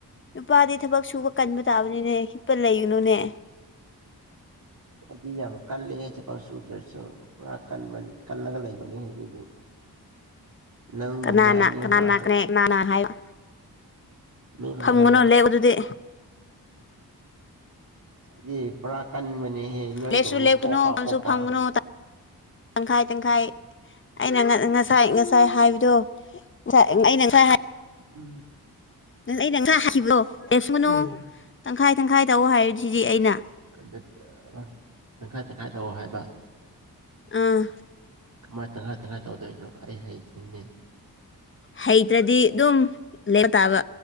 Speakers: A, on the left; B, on the right.
A: ꯅꯨꯄꯥꯗꯤ ꯊꯕꯛ ꯁꯨꯕ ꯀꯟꯕ ꯇꯥꯕꯅꯤꯅꯦ ꯍꯤꯞ ꯄ ꯂꯩꯒꯅꯨꯅꯦ
B: ꯑꯩꯗꯤ ꯌꯥꯝ ꯀꯜꯂꯤ ꯍꯥꯏ ꯊꯕꯛ ꯁꯨꯗ꯭ꯔꯁꯨ ꯄꯨꯔꯥ ꯀꯟꯕ ꯀꯜꯂꯒ ꯂꯩꯕꯅꯦꯍ ꯑꯩꯗꯤ ꯅꯪꯒꯨꯝꯕ
A: ꯀꯅꯥꯅ
B: ꯑꯅꯤ
A: ꯀꯅꯥꯅꯅꯥ
B: ꯑꯍꯨꯝ ꯂꯥꯛꯑꯁꯨ
A: ꯀꯅ ꯍꯥꯏꯌꯣ
B: ꯃꯤ ꯃꯌꯥꯝꯅ
A: ꯐꯝꯒꯅꯨ ꯂꯦꯄ ꯑꯗꯨꯗꯤ
B: ꯗꯤ ꯄꯨꯔꯥ ꯀꯟꯕꯅꯦꯍꯦ ꯅꯣꯏꯒꯨꯝꯅꯤ
A: ꯂꯦꯞꯁꯨ ꯂꯦꯞꯀꯅꯨ
B: ꯄꯣꯄ
A: ꯐꯝꯁꯨ
B: ꯄꯣꯄ
A: ꯐꯝꯒꯅꯨ ꯇꯪꯈꯥꯏ ꯇꯪꯈꯥꯏ ꯑꯩꯅ ꯉꯁꯥꯏ ꯉꯁꯥꯏ ꯍꯥꯏꯕꯗꯣ ꯉꯥꯏ ꯑꯩꯅ ꯉꯁꯥꯏ
B: ꯎꯝ
A: ꯎ ꯑꯩꯅ ꯉꯥꯁꯥꯏ ꯍꯥꯏꯈꯤꯕꯂꯣ ꯂꯦꯞꯁꯀ ꯅꯨ
B: ꯎꯝ
A: ꯇꯪꯈꯥꯏ ꯇꯪꯈꯥꯏ ꯇꯧꯑꯣ ꯍꯥꯏꯔꯤꯁꯤꯗꯤ ꯑꯩꯅ
B: ꯑ ꯇꯪꯈꯥꯏ ꯇꯪꯈꯥꯏ ꯇꯧꯑꯣ ꯍꯥꯏꯕ
A: ꯑꯥ
B: ꯀꯃꯥꯏ ꯇꯪꯈꯥꯏ ꯇꯪꯈꯥꯏ ꯇꯧꯗꯣꯏꯅꯣ ꯑꯩ ꯍꯩ ꯊꯤꯅꯦ
A: ꯍꯩꯇ꯭ꯔꯗꯤ ꯑꯗꯨꯝ ꯂꯩꯕ ꯇꯥꯕ